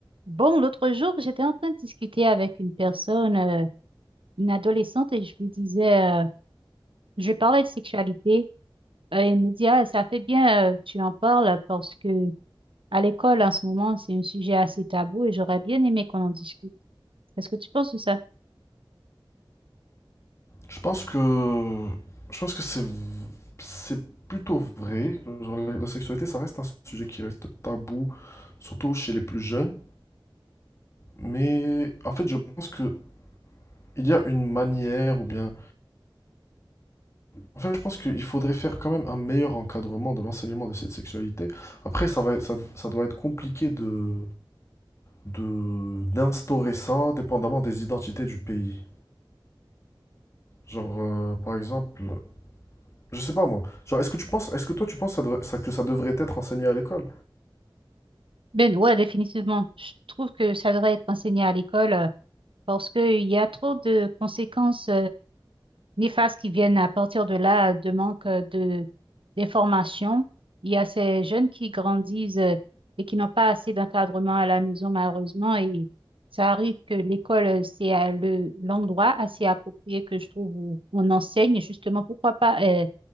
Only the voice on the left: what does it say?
Je pense que, je pense que c'est, v- c'est plutôt vrai. Genre, la la sexualité, ça reste un sujet qui reste tabou, surtout chez les plus jeunes. Mais en fait, je pense que il y a une manière, ou bien, en fait, je pense qu'il faudrait faire quand même un meilleur encadrement de l'enseignement de cette sexualité. Après, ça va, ça, ça doit être compliqué de, de, d'instaurer ça, dépendamment des identités du pays. Genre, euh, par exemple, je sais pas moi. Genre, est-ce que tu penses, est-ce que toi, tu penses ça devrait- ça- que ça devrait être enseigné à l'école?